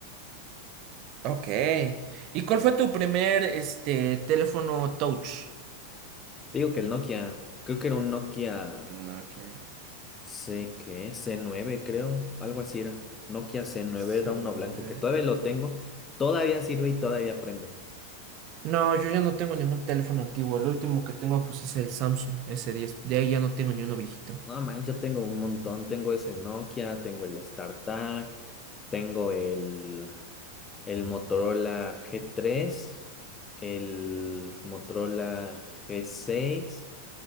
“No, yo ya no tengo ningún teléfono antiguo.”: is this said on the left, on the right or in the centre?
Right